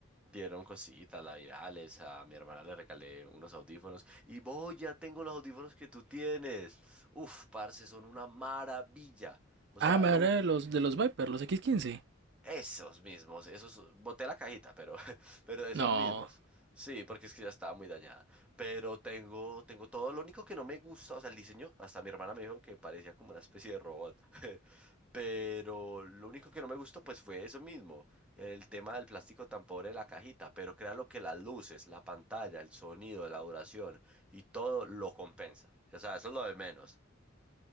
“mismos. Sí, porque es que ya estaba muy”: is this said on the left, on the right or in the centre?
Centre